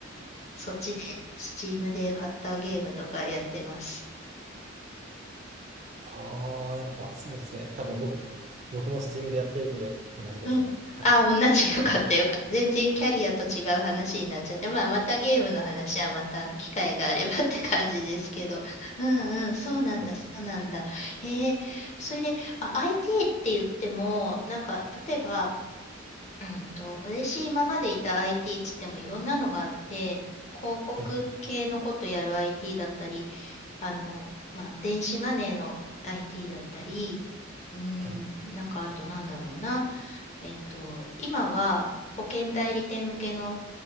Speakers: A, on the left (about 35°); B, on the right (about 35°).
A: そっちでスチームで買ったゲームとかやってます。
B: ああ、やっぱそうですね。多分僕、僕も Steam でやってるんで、同じですね。
A: うん。
B: はい、
A: あ、同じ。よかった、よかった。全然キャリアと違う話になっちゃって、まあ、またゲームの話はまた機会があればって感じですけど。うんうん、そうなんだ、
B: はい、
A: そうなんだ。へえ、それで、あ、IT って言っても、なんか、例えば、うんと、私今までいた IT っつってもいろんなのがあって、広告系のことやる
B: はい、
A: IT だったり、あの、まあ、電子マネーの IT だったり、うん、
B: はい、
A: なんかあとなんだろうな。えっと、今は保険代理店向けの